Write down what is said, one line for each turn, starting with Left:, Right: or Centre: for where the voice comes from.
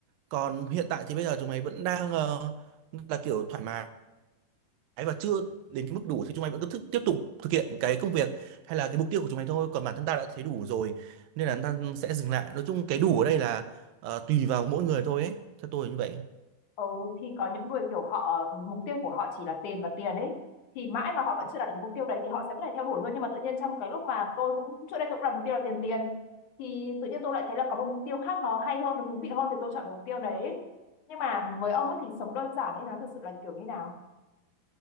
Right: còn hiện tại thì bây giờ chúng mày vẫn đang ờ, là kiểu thoải mái và chưa đến cái mức đủ thì chúng mày vẫn cứ thức, tiếp tục thực hiện cái công việc hay là cái mục tiêu của chúng mày thôi còn bản thân ta đã thấy đủ rồi nên là ta sẽ dừng lại nói chung cái đủ ở đây là ờ, tùy vào mỗi người thôi ấy theo tôi là như vậy
Left: Ừ, thì có những người kiểu họ mục tiêu của họ chỉ là tiền và tiền ấy thì mãi mà họ vẫn chưa đạt được cái mục tiêu đấy thì họ sẽ vẫn phải theo đuổi thôi nhưng mà tự nhiên trong cái lúc mà tôi cũng trước đây tôi cũng đặt mục tiêu là tiền tiền thì tự nhiên tôi lại thấy là có một mục tiêu khác nó hay hơn nó thú vị hơn thì tôi chọn cái mục tiêu đấy ấy. nhưng mà với ông ấy thì sống đơn giản ấy nó thật sự là kiểu như nào